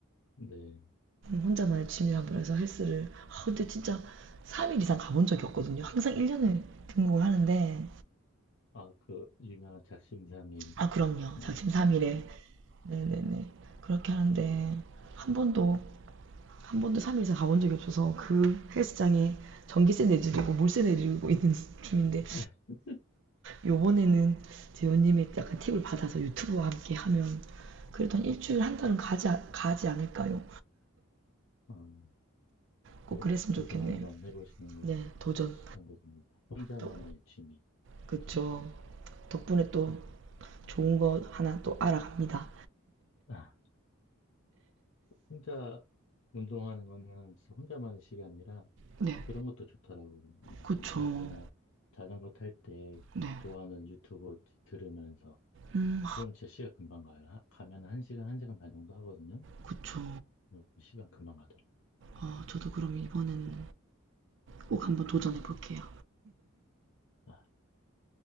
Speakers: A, on the left; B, on the right.
A: 네.
B: 혼자만의 취미를 한번 해서 헬스를 아 근데 진짜 3일 이상 가본 적이 없거든요. 항상 1년을 등록을 하는데
A: 아, 그, 유명한 작심삼일.
B: 아 그럼요.
A: 네.
B: 작심 3일에 네네네 그렇게 하는데 한 번도 한 번도 3일 이상 가본 적이 없어서 그 헬스장에 전기세 내드리고 물세 내드리고 있는 중인데
A: <laughs>
B: 요번에는 재훈님의 약간 팁을 받아서 유튜브와 함께 하면 그래도 한 일주일 한 달은 가지 않- 가지 않을까요?
A: 음,
B: 꼭
A: 도,
B: 그랬으면
A: 도전
B: 좋겠네요.
A: 한번 해보시는 건
B: 네, 도전.
A: 추천드립니다. 혼자만의
B: 또,
A: 취미.
B: 그쵸.
A: 괜찮습니다.
B: 덕분에 또
A: 네.
B: 좋은 거 하나 또 알아갑니다.
A: 아, 혼자 운동하는 거는 진짜 혼자만의 시간이라
B: 네,
A: 그런 것도 좋더라고요. 음,
B: 그쵸.
A: 유산소나 자전거 탈 때
B: 네,
A: 좋아하는 유튜브 이렇게 들으면서.
B: 음,
A: 그럼 제 시간 금방 가요. 하- 가면 한 시간, 한 시간 반 정도 하거든요.
B: 그쵸.
A: 음, 시간 금방 가더라고요.
B: 아, 저도 그럼 이번에는 꼭 한번 도전해 볼게요.
A: 아,